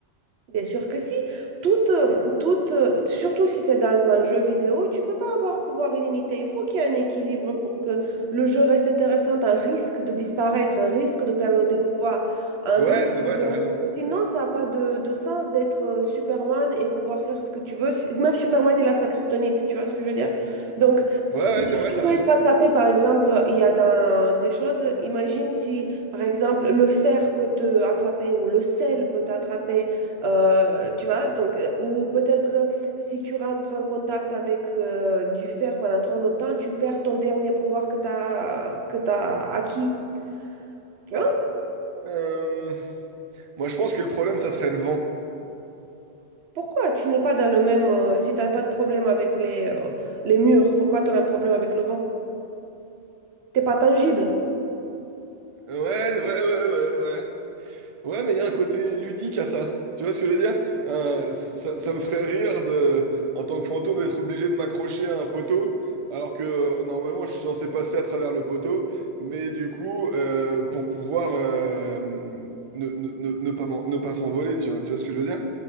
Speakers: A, on the right; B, on the right.
A: Bien sûr que si. Toute, euh, toute, euh, surtout si tu es dans un jeu vidéo, tu peux pas avoir pouvoir illimité. Il faut qu'il y ait un équilibre pour que le jeu reste intéressant, un risque de disparaître, un risque de perdre tes pouvoirs, un
B: Ouais,
A: risque
B: c'est vrai,
A: de...
B: t'as raison.
A: Sinon, ça n'a pas de, de sens d'être euh, Superman et pouvoir faire ce que tu veux. Si, Même Superman, il a sa kryptonite, tu vois ce que je veux dire? Donc,
B: Ouais, ouais, c'est vrai,
A: tu
B: t'as
A: peux
B: raison.
A: être attrapé par exemple, il y a dans des choses, imagine si, par exemple, le fer peut te attraper ou le sel peut t'attraper, euh, tu vois, donc, euh, ou peut-être euh, si tu rentres en contact avec euh, du fer pendant trop longtemps, tu perds ton dernier pouvoir que tu as, que tu acquis. Tu vois?
B: Euh, moi, je pense que le problème, ça serait le vent.
A: Pourquoi tu n'es pas dans le même, euh, si tu n'as pas de problème avec les, euh, les murs, pourquoi tu aurais un problème avec le vent? T'es pas tangible.
B: Ouais, ouais, ouais, ouais, ouais. Ouais, mais il y a un côté ludique à ça. Tu vois ce que je veux dire? Euh, ça, ça me ferait rire de, en tant que fantôme, d'être obligé de m'accrocher à un poteau, alors que euh, normalement, je suis censé passer à travers le poteau. Mais du coup, euh, pour pouvoir euh, ne, ne, ne- ne pas m'en- ne pas s'envoler, tu vois, tu vois ce que je veux dire?